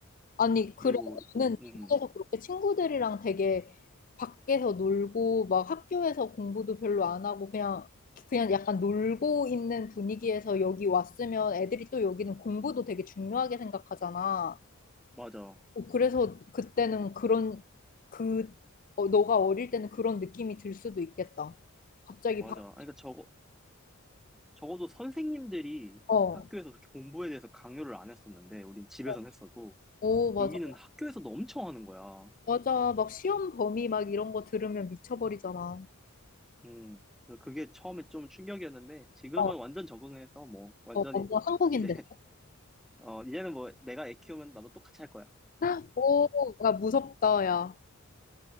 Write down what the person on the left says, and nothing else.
아니, 그래,
너는 미국에서
그렇게 친구들이랑 되게 밖에서 놀고, 막 학교에서 공부도 별로 안 하고, 그냥, 그냥 약간 놀고 있는 분위기에서 여기 왔으면 애들이 또 여기는 공부도 되게 중요하게 생각하잖아.
어, 그래서 그때는 그런 그 어, 너가 어릴 때는 그런 느낌이 들 수도 있겠다. 갑자기
바,
어,
어,
오, 맞아,
맞아. 막 시험 범위 막 이런 거 들으면 미쳐버리잖아.
어,
어, 뭔가 한국인데.
<gasps> 오, 야, 무섭다, 야.